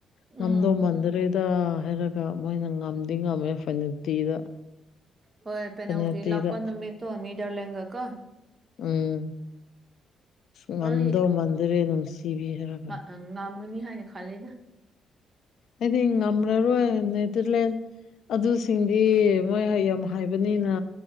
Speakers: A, on the left; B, on the right.
A: ꯉꯝꯗꯧ
B: ꯎꯝ
A: ꯃꯥꯟꯗ꯭ꯔꯦꯗ ꯍꯥꯏꯔꯒ ꯃꯣꯏꯅ ꯉꯝꯗꯤ ꯉꯝꯃꯦ ꯐꯦꯅꯥꯜꯇꯤꯗ
B: ꯍꯣꯏ ꯄꯦꯅꯥꯜꯇꯤ
A: ꯄꯦꯅꯥꯜꯇꯤꯗ
B: ꯂꯥꯛꯄ ꯅꯨꯃꯤꯇꯣ ꯅꯤꯗꯔꯂꯦꯟꯒ ꯀꯣ
A: ꯎꯝ ꯉꯝꯗꯧ
B: ꯑꯩ
A: ꯃꯥꯟꯗꯔꯦ ꯅꯨꯡꯁꯤꯕꯤ ꯍꯥꯏꯔꯒ
B: ꯑꯪ ꯉꯝꯒꯅꯤ ꯍꯥꯏꯅ ꯈꯜꯂꯤꯗ
A: ꯑꯩꯗꯤ ꯉꯝꯔꯔꯣꯏ ꯅꯤꯗꯔꯂꯦꯟ ꯑꯗꯨꯁꯤꯡꯗꯤ ꯃꯣꯏ ꯌꯥꯝ ꯍꯥꯏꯕꯅꯤꯅ